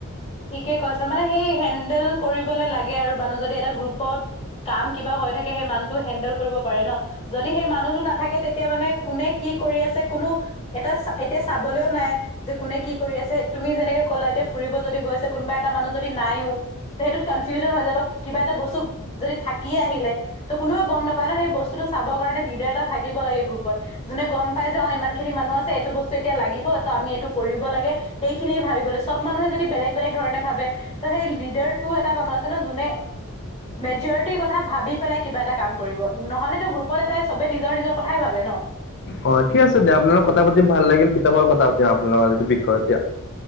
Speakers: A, on the left (about 30°); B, on the left (about 55°).
A: ঠিকে কৈছা। মানে সেই হেণ্ডেল কৰিবলৈ লাগে আৰু মানুহ যদি এটা গ্ৰুপত কাম কিবা হৈ থাকে সেই মানুহটো হেন্দেল কৰিব পাৰে ন। যদি সেই মানুহটো নাথাকে তেতিয়া মানে কোনে কি কৰি আছে কোনো এটা এতিয়া চাবলৈও নাই যে কোনে কি কৰি আছে। তুমি যেনেকে ক'লা এতিয়া ফুৰিব যদি গৈছে কোনোবা এটা মানুহ যদি নাইও। সেইটোত কনফিউজন হৈ যাব। কিবা এটা বস্তু যদি থাকি আহিলে ত' কোনোৱে গম নাপায় ন সেই বস্তুটো চাবৰ কাৰণে লিডাৰ এটা থাকিব লাগে গ্ৰুপত। যোনে গম পাই যে অ ইমান খিনি মানুহ আছে, এইটো বস্তু এতিয়া লাগিব ত আমি এইটো কৰিব লাগে। সেইখিনিয়ে ভাবিবলৈ চব মানুহে যদি বেলেগ বেলেগ ধৰণে ভাবে। ত' সেই লিডাৰটো এটা মানুহ আছে ন যোনে মেজৰিটিৰ কথা ভাবি পেলাই কিবা এটা কাম কৰিব। নহলেতো গ্ৰুপত এটাই চবে নিজৰ নিজৰ কথাই ভাবে ন।
B: অ ঠিক আছে দিয়া আপোনাৰ লগত কথা পাতি ভাল লাগিল। কেতিয়াবা কথা পাতিম আপোনালোকৰ লগত এইটো বিষয়ত দিয়ক।